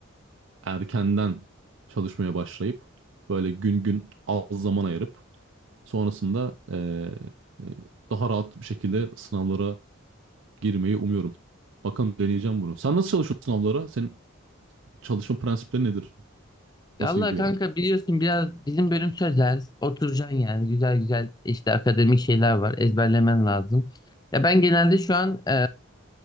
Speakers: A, on the right; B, on the left.
A: erkenden çalışmaya başlayıp böyle gün gün az zaman ayırıp Sonrasında eee, daha rahat bir şekilde sınavlara girmeyi umuyorum. Bakalım deneyeceğim bunu. Sen nasıl çalışıyorsun sınavlara? Senin çalışma prensipleri nedir?
B: Valla
A: Nasıl gidiyor?
B: kanka biliyorsun biraz bizim bölüm sözel. Oturacaksın yani güzel güzel işte akademik şeyler var. Ezberlemen lazım. Ya ben genelde şu an e,